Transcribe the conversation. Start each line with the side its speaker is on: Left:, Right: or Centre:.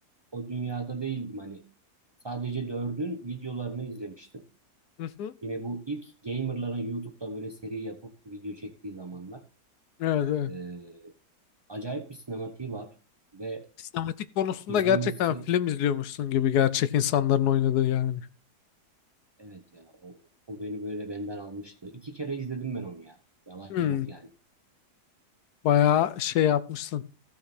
Right: o dünyada değildim hani. Sadece dördün videolarını izlemiştim.
Left: Hı hı.
Right: Yine bu ilk gamerların YouTube'da böyle seri yapıp video çektiği zamanlar.
Left: Evet, evet.
Right: E, acayip bir sinematiği var ve
Left: Sinematik konusunda
Right: izlemesi
Left: gerçekten film izliyormuşsun gibi gerçek insanların oynadığı yani.
Right: evet ya o, o beni böyle benden almıştı. İki kere izledim ben onu ya. Yalan
Left: Hmm,
Right: yok yani.
Left: bayağı şey yapmışsın.